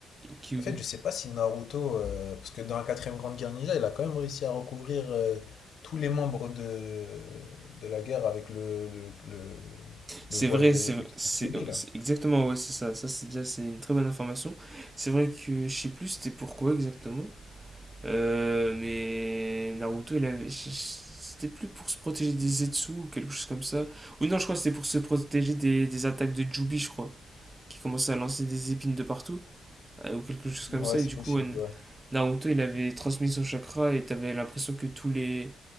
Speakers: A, on the right; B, on the left.
A: Kyuubi.
B: En fait, je sais pas si Naruto, euh, parce que dans la quatrième grande guerre ninja, il a quand même réussi à recouvrir euh, tous les membres de, de la guerre avec le, le, le,
A: C'est
B: le voile
A: vrai,
B: de,
A: c'est
B: de,
A: c'est-
B: de Kyuubi,
A: ouais,
B: là.
A: c'est exactement, ouais, c'est ça. Ça, c'est déjà, c'est une très bonne information. C'est vrai que, je sais plus, c'était pourquoi exactement. Euh, mais Naruto, il avait- c'était plus pour se protéger des Zetsu ou quelque chose comme ça. Ou non, je crois que c'était pour se protéger des, des attaques de Jubi, je crois, qui commençait à lancer des épines de partout, euh, ou quelque chose comme
B: Ouais,
A: ça. Et
B: c'est
A: du
B: possible,
A: coup, euh,
B: ouais.
A: Naruto, il avait transmis son chakra et t'avais l'impression que tous les,